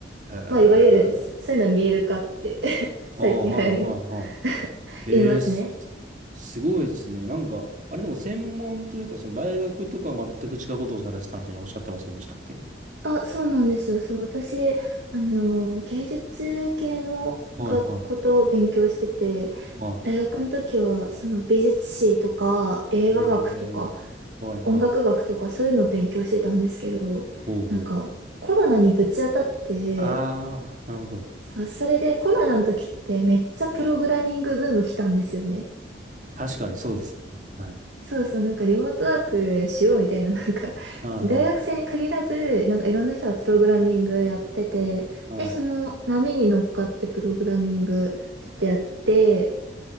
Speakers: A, on the right; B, on the right.
A: へえ。あ
B: まあいわゆるそういうの見える化って <laughs> 最近流行りの
A: あ、はいはいは
B: <laughs>
A: い。
B: 言いますね。
A: ええす、すごいですね。なんか、あれでも専門というか、その大学とかは全く違うことをされてたみたいにおっしゃってませんでしたっけ
B: あ、そうなんですよ。そう、私、あの、芸術系の学ことを勉強してて、
A: はいはいは
B: 大学の時は、その美術史とか、映画学とか、
A: い。へえはいはい。
B: 音楽学とか、そういうのを勉強してたんですけど、
A: おうおう。
B: なんか、コロナにぶち当たって、
A: ああ、なるほど。
B: さ、それでコロナの時ってめっちゃプログラミングブーム来たんですよね。
A: 確かにそうですね。はい。
B: そうそう、なんかリモートワークしようみたいな、<laughs> なんか、
A: はい
B: 大学生に限らず、なんかいろんな人がプログラミングやってて、
A: はいはい。
B: で、その波に乗っかってプログラミングちょっとやって、